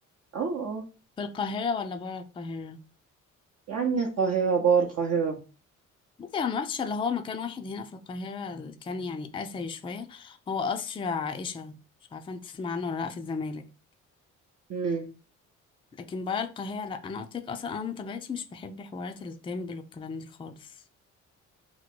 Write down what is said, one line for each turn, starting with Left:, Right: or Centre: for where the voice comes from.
Right: اه اه
Left: في القاهرة ولا برا القاهرة؟
Right: يعني القاهره بقى القاهره
Left: بصي انا ما رحتش اللي هو مكان واحد هنا في القاهره اللي كان يعني اثري شويه هو قصر عائشه مش عارفه انت تسمع عنه ولا لا في الزمالك
Right: امم
Left: لكن برا القاهره لا انا قلت لك اصلا انا من طبيعتي مش بحب حوارات التمبل والكلام دي خالص